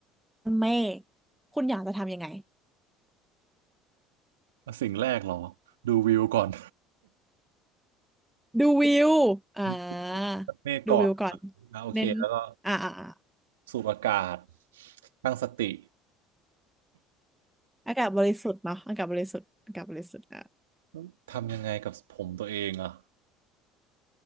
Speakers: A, in the centre; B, on the right.
A: เมฆคุณหยางจะทำยังไง
B: สิ่งแรกเหรอดูวิวก่อน
A: ดูวิวอ่า
B: <laughs> ตับเมฆก่อนครับอ่ะโอเคแล้วก็
A: ดูวิวก่อนเน้นอ่าอ่าอ่า
B: สูดอากาศตั้งสติ
A: อากาศบริสุทธิ์เนาะอากาศบริสุทธิ์อากาศบริสุทธิ์
B: <laughs> ทำยังไงกับผมตัวเองอ่ะ